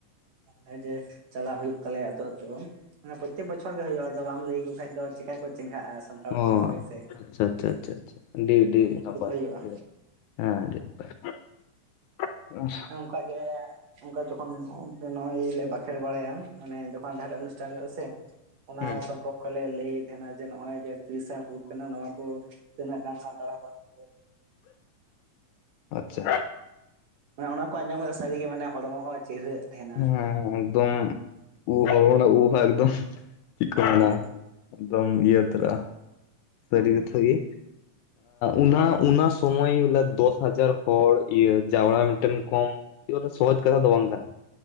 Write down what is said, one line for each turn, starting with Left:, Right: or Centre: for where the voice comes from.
Right: ᱞᱟᱹᱭ ᱡᱮ ᱪᱟᱞᱟᱣ ᱦᱩᱭᱩᱜ ᱛᱟᱞᱮᱭᱟ ᱟ ᱟᱹᱛᱳ ᱟᱹᱛᱳ ᱚᱱᱟ ᱯᱨᱚᱛᱛᱮᱠ ᱵᱚᱪᱷᱚᱨ ᱜᱮ ᱦᱩᱭᱩᱜᱼᱟ ᱟᱫᱚ ᱵᱟᱢ ᱞᱟᱹᱭᱟᱠᱚ ᱠᱷᱟᱱ ᱫᱚ ᱪᱮᱠᱟ ᱠᱚ ᱪᱮᱸᱜᱷᱼᱟ ᱥᱟᱱᱛᱟᱲ
Left: ᱚ
Right: ᱦᱚᱯᱚᱱ ᱠᱚᱭ ᱥᱮ
Left: ᱟᱪᱪᱷᱟ ᱟᱪᱪᱷᱟ ᱟᱪᱪᱷᱟ ᱟᱹᱰᱤ ᱟᱹᱰᱤ ᱱᱟᱯᱟᱭ
Right: ᱦᱩᱭᱩᱜᱼᱟ
Left: ᱦᱮᱸᱟᱰᱤ ᱱᱟᱯᱟᱭ ᱦᱩᱸ
Right: ᱦᱮᱸ ᱚᱱᱠᱟᱜᱮ ᱚᱱᱠᱟ ᱡᱚᱠᱷᱚᱱ ᱛᱚᱹ ᱱᱚᱜ ᱚᱭ ᱞᱮ ᱵᱟᱸᱠᱷᱮᱲ ᱵᱟᱲᱟᱭᱟ ᱢᱟᱱᱮ ᱡᱚᱠᱷᱚᱱ ᱡᱟᱦᱟᱸᱴᱟᱜ ᱚᱱᱩᱥᱴᱷᱟᱱ ᱦᱩᱭᱩᱜᱼᱟ ᱥᱮ ᱚᱱᱟ
Left: ᱦᱮᱸ
Right: ᱥᱚᱢᱯᱚᱨᱠᱚ ᱞᱮ ᱞᱟᱹᱭᱮᱫ ᱛᱟᱦᱮᱱᱟ ᱡᱮ ᱱᱚᱜ ᱚᱭ ᱡᱮ ᱛᱨᱤᱥᱟ ᱦᱩᱞ ᱠᱟᱱᱟ ᱱᱚᱣᱟ ᱠᱚ ᱛᱤᱱᱟᱹᱜ ᱜᱟᱱ ᱥᱟᱱᱛᱟᱲ ᱦᱚᱯᱚᱱ <unintelligible>
Left: ᱟᱪᱪᱷᱟ
Right: ᱚᱱᱟ ᱠᱚ ᱟᱸᱡᱚᱢ ᱠᱟᱛᱮ ᱥᱟᱹᱨᱤᱜᱮ ᱢᱟᱱᱮ ᱦᱚᱲᱢᱚ ᱦᱚᱸ ᱪᱤᱨᱦᱟᱹᱜ ᱛᱟᱦᱮᱱᱟ᱾
Left: ᱦᱮᱸ ᱮᱠᱫᱚᱢ ᱩᱦ <inaudible> ᱩᱦᱟ ᱮᱠᱫᱚᱢ ᱪᱤᱠᱟᱹᱱᱟ
Right: ᱦᱳᱭ᱾
Left: ᱮᱠᱫᱚᱢ ᱤᱭᱟᱹ ᱛᱚᱨᱟ ᱥᱟᱹᱨᱤ ᱠᱟᱛᱷᱟ ᱜᱮ ᱚᱱᱟ ᱚᱱᱟ ᱥᱚᱢᱚᱭ ᱵᱚᱞᱮ ᱫᱚᱥ ᱦᱟᱡᱟᱨ ᱦᱚᱲ ᱤᱭᱟᱹ ᱡᱟᱣᱨᱟ ᱢᱤᱫᱴᱮᱱ ᱠᱚᱢ ᱵᱚᱞᱮ ᱥᱚᱦᱚᱡ ᱠᱟᱛᱷᱟ ᱫᱚ ᱵᱟᱝ ᱠᱟᱱᱟ